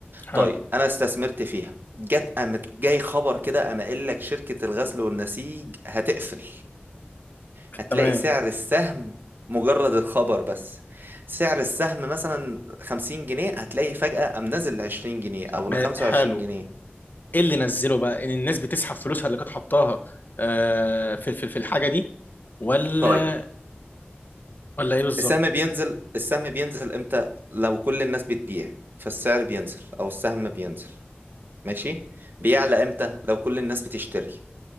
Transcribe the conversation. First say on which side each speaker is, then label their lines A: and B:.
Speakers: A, on the left (about 50°); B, on the right (about 55°).
A: حلو
B: طيب انا استثمرت فيها جت قامت جاي خبر كده قام قايل لك شركة الغزل والنسيج هتقفل هتلاقي
A: تمام
B: سعر السهم مجرد الخبر بس سعر السهم مثلا 50 جنيه هتلاقي فجأة قام نزل ل 20 جنيه او
A: ما-
B: ل 25
A: حلو
B: جنيه
A: ايه اللي نزله بقى ان الناس بتسحب فلوسها اللي كانت حطاها آه، في في في الحاجه دي ولا
B: طيب
A: ولا ايه بالظبط
B: السهم بينزل السهم بينزل امتى لو كل الناس بتبيع فالسعر بينزل او السهم بينزل ماشي بيعلى امتى لو كل الناس بتشتري